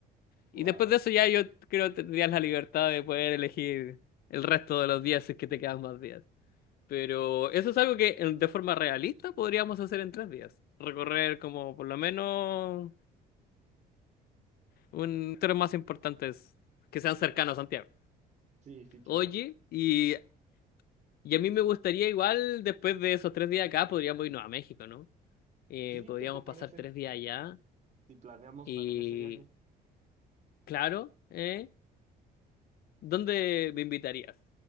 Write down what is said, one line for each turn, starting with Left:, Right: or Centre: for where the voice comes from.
Right: Wow.
Left: Y después de eso ya yo creo que tendrías la libertad de poder elegir el resto de los días si es que te quedan más días. Pero eso es algo que en- de forma realista podríamos hacer en tres días. Recorrer como por lo menos un tres más importantes que sean cercanos a Santiago.
Right: Sí, sí, claro.
Left: Oye, y, y a mí me gustaría igual después de esos tres días acá podríamos irnos a México, ¿no? Eh,
Right: Sí,
Left: podríamos
Right: ¿qué te parece
Left: pasar tres días allá
Right: si planeamos
Left: y
Right: también ese viaje?
Left: claro, ¿eh? ¿Dónde
Right: Eh,
Left: me invitarías